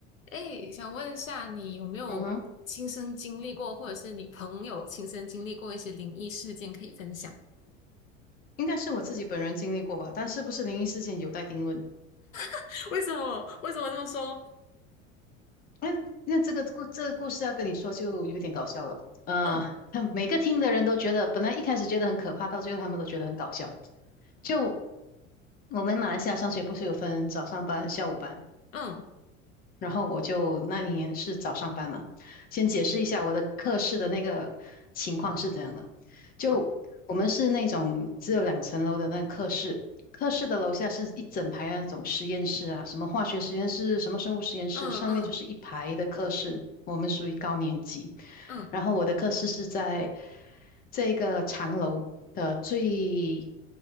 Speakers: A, on the left (about 90°); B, on the left (about 25°).
A: 哎，想问一下，你有没有亲身经历过，
B: 嗯哼，
A: 或者是你朋友亲身经历过一些灵异事件可以分享？
B: 应该是我自己本人经历过吧，但是不是灵异事件有待定论。
A: <laughs> 为什么？为什么这么说？
B: 那那这个故这个故事要跟你说就有点搞笑了。啊！
A: 嗯
B: 他每个听的人都觉得，本来一开始觉得很可怕，到最后他们都觉得很搞笑。就我们马来西亚上学不是有分早上班、下午班？
A: 嗯，
B: 然后我就那一年是早上班嘛，先解释一下我的课室的那个情况是怎样的。就我们是那种只有两层楼的那个课室，
A: 好，
B: 课室的楼下是一整排那种实验室啊，什么化学实验室，什么生物实验室，
A: 嗯嗯
B: 上面就是一排的课室。我们属于高年级，
A: 嗯
B: 然后我的课室是在这个长楼的最